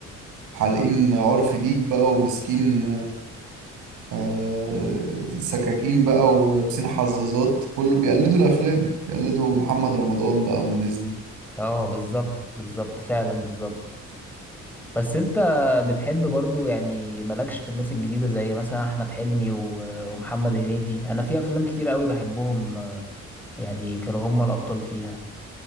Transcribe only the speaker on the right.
حالقين عرف ديك بقى وماسكين آه، سكاكين بقى ولابسين حظاظات كله بيقلدوا الافلام بيقلدوا محمد رمضان بقى والناس دي